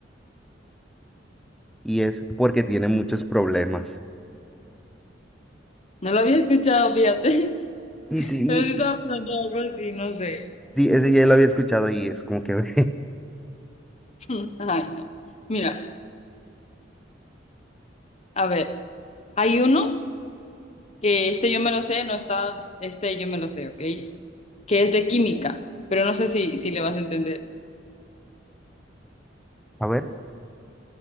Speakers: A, in the centre; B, on the left (about 35°).
A: Y es porque tienen muchos problemas.
B: No lo había escuchado, fíjate. <laughs>
A: Y sí,
B: Pero sí
A: y-
B: estaba
A: y-
B: pensando en algo así, no sé.
A: sí, ese ya lo había escuchado y es como que...
B: <laughs> Ay, no. Mira, a ver, hay uno que este yo me lo sé, no está, este yo me lo sé, ¿ok? Que es de química, pero no sé si, si le vas a entender.
A: <laughs> A ver.